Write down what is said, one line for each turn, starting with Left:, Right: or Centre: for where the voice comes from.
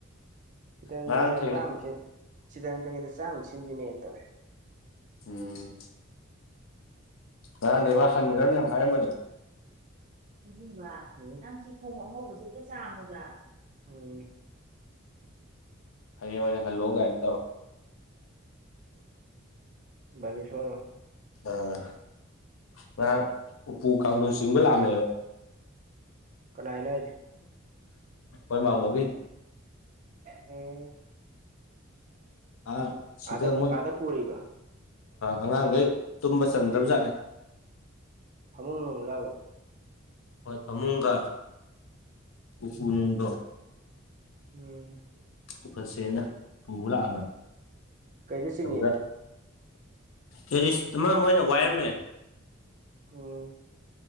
Right: ꯈꯤꯇꯪ
Left: ꯉꯔꯥꯡ
Right: ꯈꯤꯗ
Left: ꯊꯦꯡꯅ
Right: ꯆꯥꯝꯃꯁꯤ ꯁꯤꯗ ꯅ ꯆꯪꯉꯦꯗ ꯆꯥꯝ ꯁꯤꯟꯖꯤꯅꯦꯅ ꯇꯧꯋꯦ
Left: ꯎꯝ ꯉ ꯑꯗꯦꯝꯕꯥ ꯁꯥꯟꯒꯔꯅ ꯌꯥ ꯌꯥꯝ ꯍꯥꯏꯝꯕꯅꯦ
Right: ꯗꯤꯕ ꯅꯪꯁꯤ ꯀꯣꯃꯣ ꯃꯖꯁꯨ ꯆꯃꯗ ꯎ <inaudible>
Left: ꯍꯥꯌꯦꯡ ꯑꯣꯢꯅ ꯍꯜꯂꯣꯒꯥꯢꯅ
Right: ꯅꯤ ꯁꯣꯔꯣ <inaudible>
Left: ꯑꯥ ꯉꯍꯥꯛ ꯎꯄꯨ ꯀꯥꯡꯗꯣꯟ ꯆꯤꯡꯕ ꯂꯥꯛꯑꯝꯃꯦꯕ
Right: ꯀꯅꯥꯥꯏꯅ ꯍꯥꯏꯁꯦ
Left: ꯀꯣꯏ ꯃꯥꯥꯡꯣꯒ <inaudible>
Right: ꯎꯝ
Left: ꯑ ꯁꯤꯗ
Right: ꯑꯥꯗ
Left: ꯃꯣꯏ
Right: ꯑꯥꯗ ꯄꯨꯔꯤꯕ
Left: ꯑꯉꯥꯡꯈꯩ ꯇꯨꯝꯕ ꯆꯟꯗ꯭ꯔꯕ ꯖꯥꯠꯅꯤ
Right: ꯐꯃꯨꯡꯂꯕ
Left: ꯍꯣꯏ ꯐꯃꯨꯡꯒ ꯎꯄꯨꯅꯨꯡꯗꯣ
Right: ꯎꯝ
Left: ꯄꯨꯈꯠꯁꯦꯅ ꯄꯨꯕ ꯂꯥꯛꯑꯝꯕꯅꯤ
Right: ꯀꯩꯗ ꯆꯤꯡꯉꯤꯕ
Left: ꯑꯗꯨꯗ ꯇꯦꯔꯤꯁ ꯑꯗꯨꯃ ꯃꯣꯏꯅ ꯋꯥꯏꯔꯝꯃꯦ
Right: ꯑꯝ